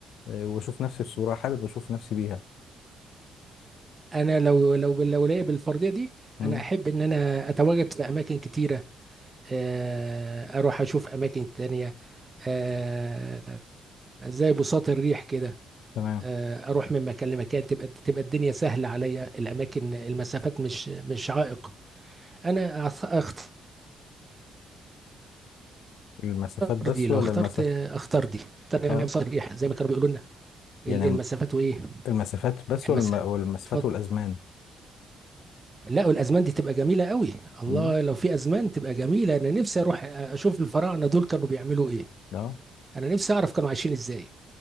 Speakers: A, on the left; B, on the right.
A: آه، واشوف نفسي في صورة حابب اشوف نفسي بيها
B: انا لو لو لو ليا بالفردية دي
A: مم.
B: انا احب ان انا اتواجد في اماكن كتيرة آه، اروح اشوف اماكن تانية آه، زي بساط الريح كده
A: تمام
B: آه، اروح من مكان لمكان تبقى تبقى الدنيا سهله عليا الاماكن المسافات مش مش عائق انا أخ- اختار
A: المسافات بس
B: دي لو
A: ولا
B: اخترت
A: المسافة
B: آه، اختار دي اختار يعني
A: اه
B: بساط الريح زي ما كانوا بيقولوا لنا
A: يعني
B: ال-
A: الم-
B: المسافات وايه
A: المسافات بس
B: المسافه
A: والم- والمسافات
B: اتفضل
A: والازمان
B: لا والازمان دي تبقى جميله قوي الله
A: مم.
B: لو في ازمان تبقى جميله انا نفسي اروح اشوف الفراعنه دول كانوا بيعملوا ايه
A: اه
B: انا نفسي اعرف كانوا عايشين ازاي